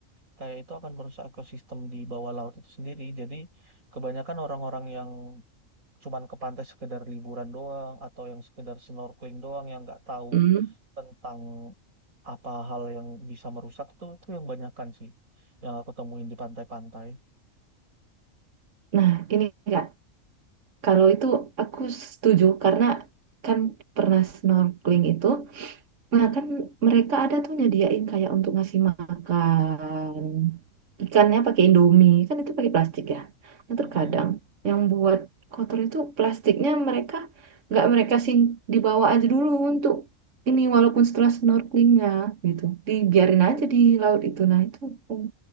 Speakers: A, on the right (about 90°); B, on the right (about 65°).
A: kayak itu akan merusak ekosistem di bawah laut itu sendiri. Jadi kebanyakan orang-orang yang cuman ke pantai sekedar liburan doang atau yang sekedar snorkeling doang yang nggak tahu
B: Hmm.
A: tentang apa hal yang bisa merusak itu itu yang banyakan sih yang aku temuin di pantai-pantai.
B: Nah, ini enggak. Kalau itu aku setuju karena kan pernah snorkeling itu Nah, kan mereka ada tuh nyediain kayak untuk ngasih makan ikannya pakai Indomie, kan itu pakai plastik ya. Nah,
A: Mm-mm.
B: terkadang yang buat kotor itu plastiknya mereka nggak mereka sih dibawa aja dulu untuk ini walaupun setelah snorkelingnya gitu, dibiarin aja di laut itu. Nah, itu mm,